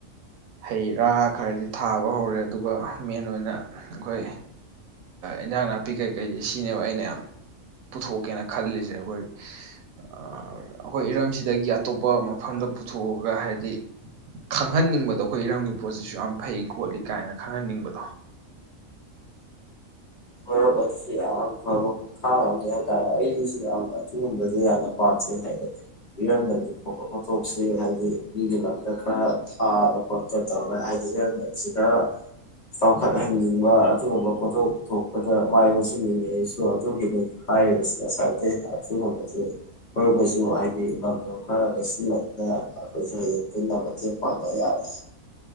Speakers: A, on the right; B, on the left.
A: ꯍꯩ ꯔꯥꯥ ꯈꯔꯗꯤ ꯊꯥꯕ ꯍꯧꯔꯦ ꯑꯗꯨꯒ ꯃꯦꯟ ꯑꯣꯏꯅ ꯑꯩꯈꯣꯏ ꯏꯟꯖꯥꯡ ꯅꯥꯄꯤ ꯀꯩꯀꯩꯗꯤ ꯁꯤꯅꯦꯕ ꯑꯩꯅ ꯌꯥꯝ ꯄꯨꯊꯣꯛꯀꯦꯅ ꯈꯜꯂꯤꯁꯦ ꯑꯩꯈꯣꯏ ꯑꯩꯈꯣꯏ ꯏꯔꯝꯁꯤꯗꯒꯤ ꯑꯇꯣꯞꯄ ꯃꯐꯝꯗ ꯄꯨꯊꯣꯛꯑꯒ ꯍꯥꯏꯗꯤ ꯈꯪꯍꯟꯅꯤꯡꯕꯗꯣ ꯑꯩꯈꯣꯏ ꯏꯔꯝꯒꯤ ꯄꯣꯠꯁꯤꯁꯨ ꯌꯥꯝ ꯐꯩ ꯈꯣꯠꯂꯤ ꯀꯥꯏꯅ ꯈꯪꯍꯟꯅꯤꯡꯕꯗꯣ
B: ꯃꯔꯨꯞ ꯑꯗꯨꯁꯨ ꯌꯥꯝ ꯐꯕ ꯈ ꯈꯥꯡꯝꯅꯤ ꯍꯥꯏꯇꯥꯔꯦ ꯑꯩꯁꯨ ꯌꯥꯝꯅ ꯑꯗꯨꯒꯨꯝꯕꯁꯦ ꯌꯥꯝꯅ ꯄꯥꯝꯖꯩ ꯍꯥꯏꯗꯤ ꯏꯔꯝꯗꯝꯒꯤ ꯄꯣꯊꯣꯛꯁꯤ ꯍꯥꯏꯗꯤ ꯃꯤꯒꯤ ꯂꯝꯗ ꯈꯔ ꯊꯥꯕ ꯈꯣꯠꯄ ꯇꯧꯔ ꯍꯥꯏꯗꯤ ꯏꯔꯝꯗꯝꯁꯤ ꯈꯔ ꯆꯥꯎꯈꯠꯍꯟꯅꯤꯡꯕ ꯑꯗꯨꯒꯨꯝꯕ ꯄꯣꯊꯣꯛ ꯄꯨ ꯊꯣꯛꯄꯗ ꯃꯥꯏ ꯑꯣꯟꯁꯤꯟꯅꯤꯡꯉꯩꯁꯨ ꯑꯗꯨꯒꯤꯅꯤ ꯍꯥꯏꯔꯤꯕꯁꯤ ꯉꯁꯥꯏꯗꯩ ꯑꯗꯨꯒꯨꯝꯕ ꯑꯣꯏꯔꯃꯁꯨ ꯍꯥꯏꯗꯤ ꯂꯝꯗꯝ ꯈꯔ ꯂꯧꯁꯤꯟꯟꯅꯗꯨꯅ ꯑꯩꯈꯣꯏꯁꯨ ꯍꯝ ꯄꯨꯟꯅ ꯃꯇꯦꯡ ꯄꯥꯡꯕ ꯌꯥꯔꯦ